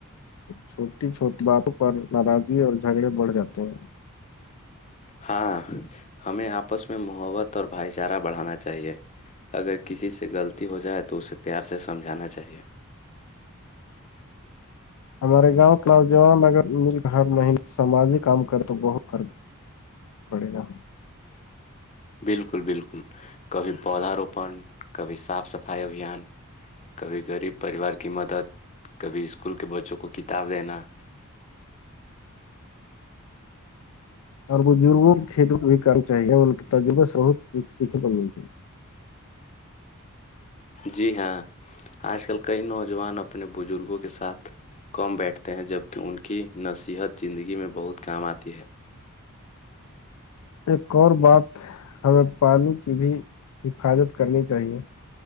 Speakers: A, on the left; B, on the left.
A: چھوٹی چھوٹی باتوں پر ناراضی اور جھگڑے بڑھ جاتے ہیں
B: ہاں ہمیں آپس میں محبت اور بھائی چارہ بڑھانا چاہیے اگر کسی سے غلطی ہو جائے تو اسے پیار سے سمجھانا چاہیے
A: ہمارے گاؤں نوجوان اگر مل کر سماجی کام کرے تو بہت فرق پڑے گا
B: بالکل بالکل کبھی پودا روپن کبھی صاف سفائی ابھیان کبھی غریب پریوار کی مدد کبھی اسکول کے بچوں کو کتاب دینا
A: اور بزرگوں کی کھیت کو بھی کرنا چاہیے ان کی تجرببے سے بہت کچھ سیکھنے ملتی ہے
B: جی ہاں آج کل کئی نوجوان اپنے بزرگوں کے ساتھ کم بیٹھتے ہیں جبکہ ان کی نصیحت زندگی میں بہت کام آتی ہے
A: ایک اور بات ہمیں پانی کی بھی حفاظت کرنی چاہیے